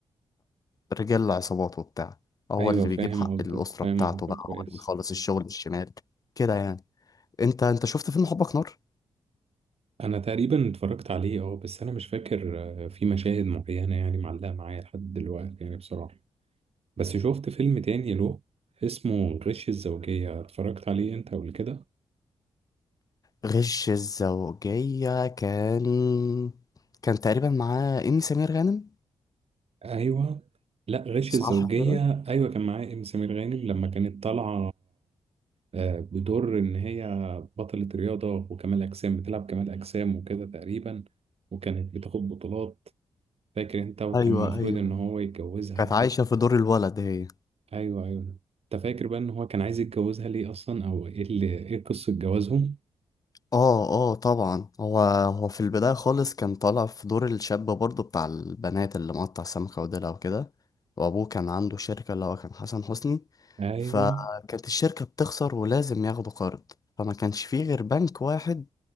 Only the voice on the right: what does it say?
ايوه
فاهم
قصدك
فاهم
قصدك
كويس
انا تقريبا اتفرجت عليه اه بس انا مش فاكر آه، في مشاهد معينه يعني معلقه معايا لحد دلوقتي يعني بصراحه بس شفت فيلم تاني له اسمه غش الزوجيه اتفرجت عليه انت قبل كده
ايوه لا غش
الزوجيه
ايوه كان معاه ام سمير غانم لما كانت طالعه آه، بدور ان هي بطله رياضه وكمال اجسام بتلعب كمال اجسام وكده تقريبا وكانت بتاخد بطولات فاكر انت وكان
المفروض
ان هو يتجوزها
ايوه ايوه انت فاكر بقى ان هو كان عايز يتجوزها ليه اصلا او ايه اللي ايه قصة جوازهم
ايوه